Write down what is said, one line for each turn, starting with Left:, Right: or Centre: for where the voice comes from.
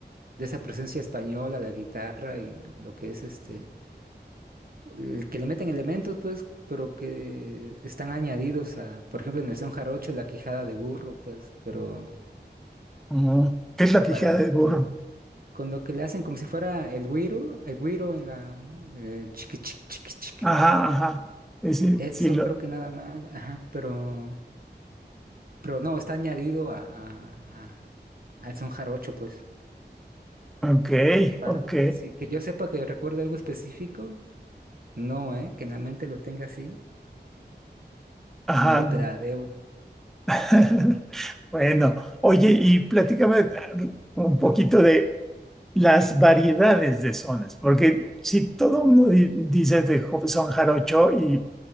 Right: de esa presencia española, la guitarra y lo que es este. el Que le meten elementos, pues, pero que están añadidos a, por ejemplo, en el son jarocho, la quijada de burro, pues, pero
Centre: Ujú. ¿Qué es la quijada
Right: para,
Centre: de burro?
Right: pa- con lo que le hacen como si fuera el güiro, el güiro en la el chiqui chiqui chiqui chiqui.
Centre: Ajá, ajá. Ese,
Right: Eso
Centre: sí, lo...
Right: creo que nada más, ajá, pero pero no, está añadido a, a- a- al son jarocho, pues.
Centre: Ok,
Right: Parte,
Centre: ok.
Right: sí, que yo sepa que recuerde algo específico, no, eh, que en la mente lo tenga así,
Centre: Ajá.
Right: no te la debo.
Centre: <laughs> Bueno, oye, y platícame un poquito de las variedades de sones, porque si todo uno di- dice de jo- son jarocho y